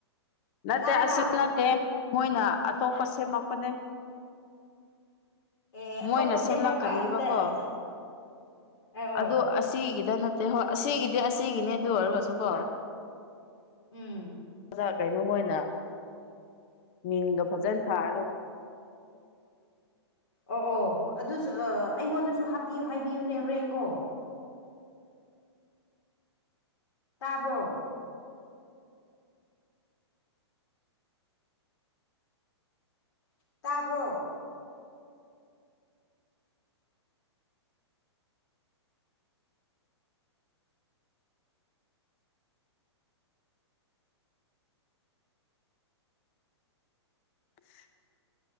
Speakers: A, on the left; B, on the left.
A: ꯅꯠꯇꯦ
B: ꯇꯥꯕ꯭ꯔꯥ
A: ꯑꯁꯤ ꯅꯠꯇꯦ ꯃꯣꯏꯅ ꯑꯇꯣꯞꯄ ꯁꯦꯝꯃꯛꯄꯅꯦ
B: ꯑꯦ ꯑꯦ ꯑꯇꯣꯞꯄ
A: ꯃꯣꯏꯅ ꯁꯦꯝꯂꯛꯀꯅꯦꯕꯀꯣ
B: ꯁꯦꯝꯂꯛꯄ ꯑꯗꯨꯗ ꯑ ꯑꯣ
A: ꯑꯗꯨ ꯑꯁꯤꯒꯤꯗ ꯅꯠꯇꯦ ꯍꯣꯏ ꯑꯁꯤꯒꯤꯗꯤ ꯑꯁꯤꯒꯤꯅꯤ ꯑꯗꯨ ꯑꯣꯏꯔꯒꯁꯨ ꯀꯣ
B: ꯎꯝ
A: ꯈꯔꯥ ꯀꯩꯅꯣ ꯃ‌ꯣꯏꯅ ꯃꯤꯡꯗꯣ ꯐꯖꯅ ꯊꯥꯔꯒ
B: ꯑꯣ ꯑꯣ ꯑꯗꯨꯁꯨ ꯑꯩꯉꯣꯟꯗꯁꯨ ꯍꯥꯞꯄꯤꯌꯨ ꯍꯥꯏꯕꯤꯌꯨꯅꯦ ꯍꯣꯔꯦꯟ ꯀꯣ ꯇꯥꯕ꯭ꯔꯣ ꯇꯥꯕ꯭ꯔꯣ
A: <unintelligible>